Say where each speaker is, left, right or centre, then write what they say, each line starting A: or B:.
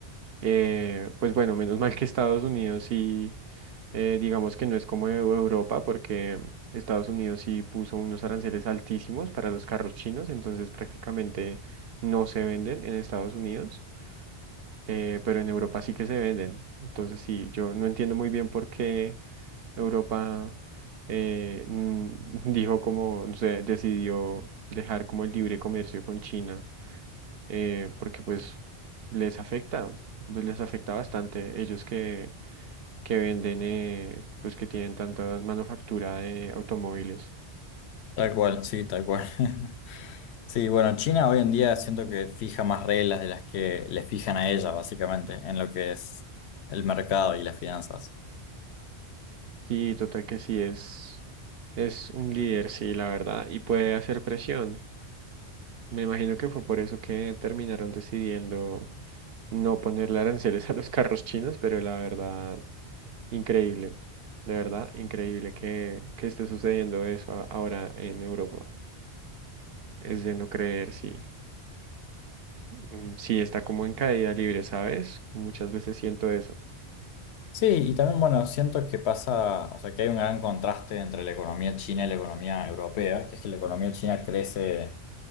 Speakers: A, on the right; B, on the left.
A: Eh, pues bueno, menos mal que Estados Unidos sí, eh, digamos que no es como Eu- Europa, porque Estados Unidos sí puso unos aranceles altísimos para los carros chinos, entonces prácticamente no se venden en Estados Unidos eh, pero en Europa sí que se venden. Entonces sí, yo no entiendo muy bien por qué Europa eh, mm, <laughs> dijo como, no sé, decidió dejar como el libre comercio con China, eh, porque pues les afecta, pues, les afecta bastante. Ellos que, que venden, eh, pues que tienen tanta manufactura de automóviles.
B: Tal cual, sí, tal cual. <laughs> Sí, bueno, China hoy en día siento que fija más reglas de las que le fijan a ella, básicamente, en lo que es el mercado y las finanzas.
A: Sí, total que sí, es, es un líder, sí, la verdad, y puede hacer presión. Me imagino que fue por eso que terminaron decidiendo no ponerle aranceles <laughs> a los carros chinos, pero la verdad, increíble, de verdad, increíble que, que esté sucediendo eso a- ahora en Europa. Es de no creer, sí. Mm, Sí, está como en caída libre, ¿sabes? Muchas veces siento eso.
B: Sí, y también, bueno, siento que pasa, o sea, que hay un gran contraste entre la economía china y la economía europea, que es que la economía china crece